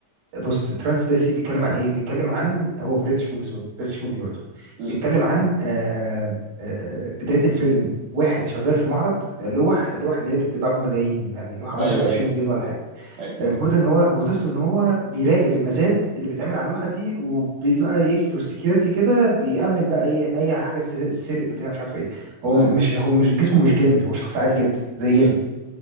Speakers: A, on the right; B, on the right.
A: بص ترانس دايسي بيتكلم عن ايه بيتكلم عن هو بريتش موفيز برضه بريتش موفي برضه
B: امم
A: بيتكلم عن آه، آه، آه، بداية الفيلم واحد شغال في معرض آه، لوح لوح اللي هي اللي بتتباع بملايين يعني لوحة
B: ايوه
A: مثلا ب 20
B: ايوه
A: مليون ولا حاجة
B: ايوه
A: المفروض ان هو وظيفته ان هو بيراقب المزاد اللي بيتعمل على اللوحة دي وبيبقى ايه فور سكيورتي كده بيأمن بقى ايه اي حاجة تس- تسرق بتاع مش عارف ايه هو
B: تمام
A: مش هو مش جسمه مش جامد هو شخص عادي جدا زينا
B: امم